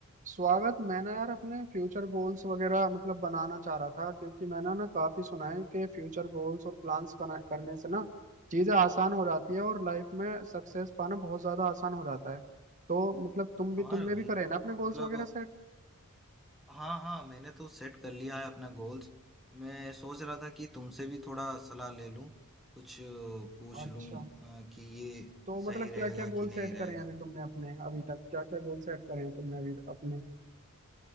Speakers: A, on the right (about 35°); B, in the centre.
A: स्वागत मैं ना यार अपने फ्यूचर गोल्स वगैरह मतलब बनाना चाह रहा था क्योंकि मैंने ना काफी सुना है कि फ्यूचर गोल्स और प्लान्स करने से ना चीजें आसान हो जाती है और लाइफ में सक्सेस पाना बहुत ज्यादा आसान हो जाता है तो मतलब तुम भी
B: हाँ
A: तुमने
B: रे भाई
A: भी करे ना अपने गोल्स
B: मतलब
A: वगैरह सेट
B: हाँ हाँ मैंने तो सेट कर लिया है अपना गोल्स मैं सोच रहा था कि तुमसे भी थोड़ा सलाह ले लूं कुछ अ, पूछ
A: अच्छा
B: लूं अ, कि ये
A: तो मतलब
B: सही रहेगा
A: क्या क्या गोल
B: कि नहीं
A: सेट
B: रहेगा
A: करे हैं अभी तुमने अपने अभी तक क्या क्या गोल सेट करे हैं तुमने अभी अपने